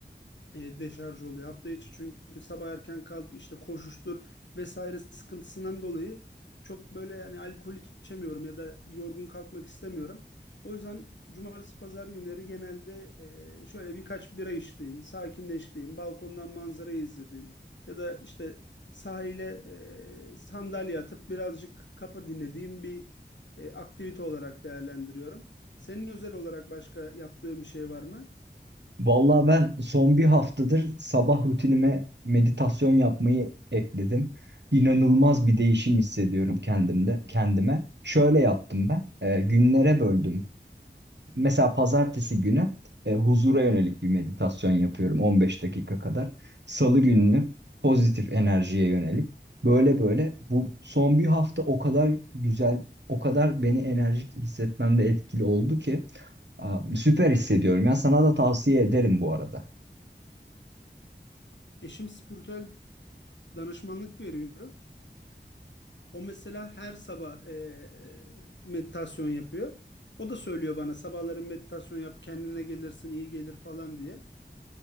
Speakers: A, on the left (about 80°); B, on the right (about 75°).
A: e, deşarj oluyor hafta içi çünkü sabah erken kalk işte koşuştur vesaire sıkıntısından dolayı çok böyle yani alkol içemiyorum ya da yorgun kalkmak istemiyorum. O yüzden cumartesi pazar günleri genelde e, şöyle birkaç bira içtiğim, sakinleştiğim, balkondan manzarayı izlediğim ya da işte sahile e, sandalye atıp birazcık kafa dinlediğim bir e, aktivite olarak değerlendiriyorum. Senin özel olarak başka yaptığın bir şey var mı?
B: Vallahi ben son bir haftadır sabah rutinime meditasyon yapmayı ekledim. İnanılmaz bir değişim hissediyorum kendimde, kendime. Şöyle yaptım ben. E, günlere böldüm Mesela pazartesi günü e, huzura yönelik bir meditasyon yapıyorum 15 dakika kadar. Salı gününü pozitif enerjiye yönelik. Böyle böyle bu son bir hafta o kadar güzel, o kadar beni enerjik hissetmemde etkili oldu ki aa, süper hissediyorum. Ya sana da tavsiye ederim bu arada.
A: Eşim spiritüel danışmanlık veriyor. O mesela her sabah e, meditasyon yapıyor. O da söylüyor bana sabahları meditasyon yap kendine gelirsin iyi gelir falan diye.